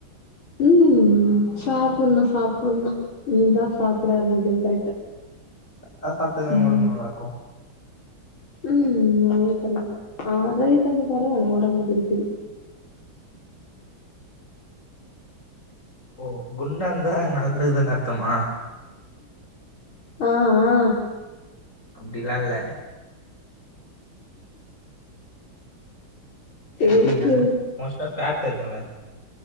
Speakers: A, on the left; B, on the left.
A: ம் சாப்புணு சாப்புணு இனிதா சாப்ட ஆரம்பிக்கணு கரெக்டா
B: நா சாப்ட்டாதாங்க
A: ம்
B: ஒடம்பு நல்லாருக்கும்
A: ம் அதுவும் கரெக்ட்டு ஆகையு கொஞ்சோ பரவால்ல ஒடம்புக்கு இருக்குதும்
B: ஓ குண்டா இருந்தா நடக்க முடியாதுனு அர்த்தமா
A: ஆ ஆ
B: அப்டிலா இல்ல
A: சேரி
B: எப்டினாலு
A: சேரி
B: மோஸ்டா ஃபேட் இருக்கும்ல